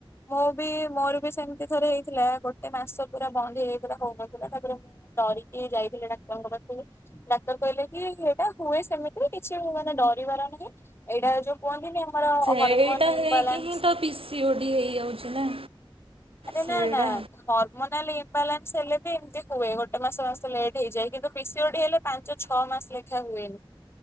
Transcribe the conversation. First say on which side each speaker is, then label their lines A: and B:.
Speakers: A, on the left; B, on the right.
A: ମୁଁ ବି ମୋର ବି ସେମ୍ତି ଥରେ ହେଇଥିଲା, ଗୋଟେ ମାସ ପୁରା ବନ୍ଦ ହେଇଯାଇଥିଲା ହଉନଥିଲା ତାପରେ ମୁଁ ଡରିକି ଯାଇଥିଲି ଡାକ୍ତରଙ୍କ ପାଖୁକୁ। ଡାକ୍ତର୍ କହିଲେ କି ଏଇଟା ହୁଏ ସେମିତି କିଛି ମାନେ ଡରିବାର ନାହିଁ, ଏଇଟା ଯୋଉ କୁହନ୍ତିନି ଆମର
B: ଏଇଟା
A: ହରମୋନ ଇମ୍ବାଲାନ୍ସ
B: ହେଇକି ହିଁ ତ ପିସି ଓଡି ହେଇଯାଉଚି ନା।
A: ଆରେ
B: ସେଇଟା
A: ନା-ନା। ହର୍ମୋନାଲ୍ ଇମବାଲାନ୍ସ ହେଲେ ବି ଏମ୍ତି ହୁଏ, ଗୋଟେ ମାସ-ମାସ ଲେଟ୍ ହେଇଯାଏ କିନ୍ତୁ ପିସିଓଡି ହେଲେ ପାଞ୍ଚ ଛଅ ମାସ୍ ଲେଖା ହୁଏନି।